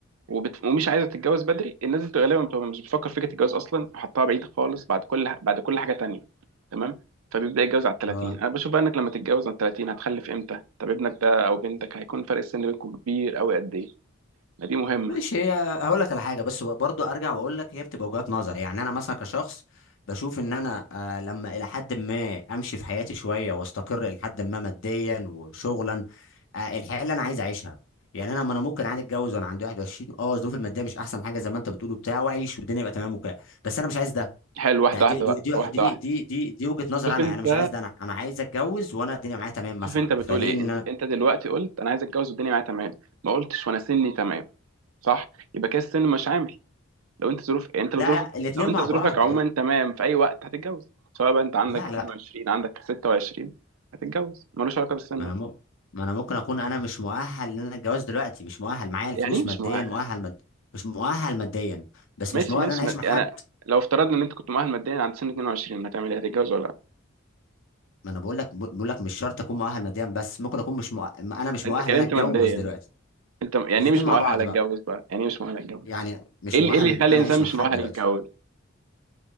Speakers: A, on the right; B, on the left.
A: وبت... ومش عايزه تتجوز بدري الناس دي غالبا بتبقى مش بتفكر في فكره الجواز اصلا وحطها بعيد خالص بعد كل بعد كل حاجه تانية تمام فبيبدا يتجوز على ال 30
B: آه.
A: انا بشوف بقى انك لما تتجوز على ال 30 هتخلف امتى طب ابنك ده او بنتك هيكون فرق السن بينكم كبير قوي قد ايه ما دي مهمه
B: ماشي هي هقول لك على حاجه بس برضو ارجع واقول لك هي بتبقى وجهات نظر يعني انا مثلا كشخص بشوف ان انا آه، لما الى حد ما امشي في حياتي شويه واستقر الى حد ما ماديا وشغلا آه، الحياه اللي انا عايز اعيشها يعني انا ما انا ممكن عادي اتجوز وانا عندي 21 اه الظروف الماديه مش احسن حاجه زي ما انت بتقول بتاع واعيش والدنيا يبقى تمام وكده بس انا مش عايز ده
A: حلو واحده
B: ده دي
A: واحده
B: دي
A: بقى
B: دي
A: واحده
B: دي
A: واحده
B: دي, دي, دي وجهه نظر
A: شوف
B: انا
A: انت
B: انا مش عايز ده انا انا عايز اتجوز وانا الدنيا معايا تمام
A: شوف
B: مثلا
A: انت بتقول
B: فليه
A: ايه
B: ان
A: انت
B: انا
A: انت دلوقتي قلت انا عايز اتجوز والدنيا معايا تمام ما قلتش وانا سني تمام صح يبقى كده السن مش عامل لو انت ظروف يعني انت لو
B: لا
A: ظروفك
B: لا الاتنين
A: لو انت
B: مع
A: ظروفك
B: بعض
A: عموما تمام في اي وقت هتتجوز سواء بقى انت عندك
B: لا
A: 22
B: لا
A: عندك 26 هتتجوز ملوش علاقه بالسن
B: ما انا م... ما انا ممكن اكون انا مش مؤهل ان انا اتجوز دلوقتي مش مؤهل معايا الفلوس
A: يعني ايه مش
B: ماديا
A: مؤهل
B: مؤهل مد... مش مؤهل ماديا بس
A: ماشي
B: مش مؤهل
A: ماشي
B: ان انا اعيش
A: ما...
B: مع حد
A: انا لو افترضنا ان انت كنت مؤهل ماديا عند سن 22 هتعمل ايه هتتجوز ولا لا
B: ما انا بقول لك بقول لك مش شرط اكون مؤهل ماديا بس ممكن اكون مش مؤ... انا مش
A: انت
B: مؤهل
A: كلمت
B: ان انا اتجوز
A: ماديا
B: دلوقتي
A: انت يعني
B: الاتنين
A: ايه مش
B: مع
A: مؤهل
B: بعض
A: اتجوز
B: بقى
A: بقى يعني ايه مش مؤهل اتجوز
B: يعني مش
A: ايه اللي
B: مؤهل
A: إيه اللي يخلي الانسان
B: ان انا اعيش
A: مش
B: مع حد
A: مؤهل
B: دلوقتي
A: يتجوز